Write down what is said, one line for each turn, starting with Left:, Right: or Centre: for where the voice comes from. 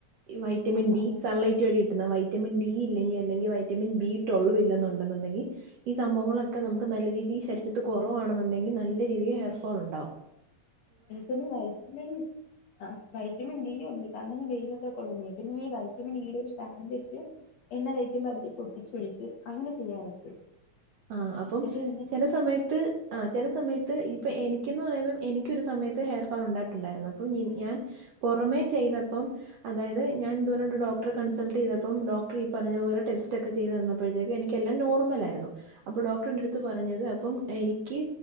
Right: വൈറ്റമിൻ
Left: ആഹ്
Right: ഡി
Left: ആഹ്
Right: സൺലൈറ്റ് വഴി ട്ട്ന്നാ വൈറ്റമിൻ ഡി ഇല്ലെങ്കി അല്ലെങ്കി വൈറ്റമിൻ ബി ട്വെൽവ് ഇല്ലെന്നുണ്ടെന്നുണ്ടെങ്കി ഈ സംഭവങ്ങളൊക്കെ നമുക്ക് നല്ല രീതിയിൽ ശരീരത്തി കൊറവാണെന്നുണ്ടെങ്കി നല്ല രീതി ഹെയർഫോള്ണ്ടാവും.
Left: എനിക്കൊന്നു വൈറ്റ്മിൻ ആഹ് വൈറ്റമിൻ ഡി ഉണ്ട് കാരണം ഞാൻ വെയിലൊക്കെ കൊള്ളുന്നെ പിന്നെ ഈ വൈറ്റമിൻ ഇയുടെ ഒരു ടാബ് ലെറ്റ് എണ്ണ തേയ്ക്കുമ്പോ അതില് പൊട്ടിച്ചൊഴിച്ച് അങ്ങനെ ചെയ്യാറുണ്ട്.
Right: ആഹ് അപ്പം
Left: പക്ഷെ എന്നിട്ടും
Right: ചെല സമയത്ത് ആഹ് ചെല സമയത്ത് ഇപ്പൊ എനിക്കെന്ന് പറയുമ്പം എനിക്ക് ഒരു സമയത്ത് ഹെയർഫാള് ഉണ്ടായിട്ടുണ്ടായിരുന്നു അപ്പം നി ഞാൻ പൊറമേ ചെയ്തപ്പം അതായത് ഞാന് ഇത്പോലെ ഒരു ഡോക്ടറെ കൺസൾട്ടെയ്തപ്പം ഡോക്ടറ് ഈ പറഞ്ഞത് പോലെ ടെസ്റ്റോക്കെ ചെയ്ത് തന്നപ്പോഴത്തേക്ക് എനിക്കെല്ലാം നോർമലായിരുന്നു അപ്പൊ ഡോക്ടർന്റെട്ത്ത് പറഞ്ഞത് അപ്പം എനിക്ക്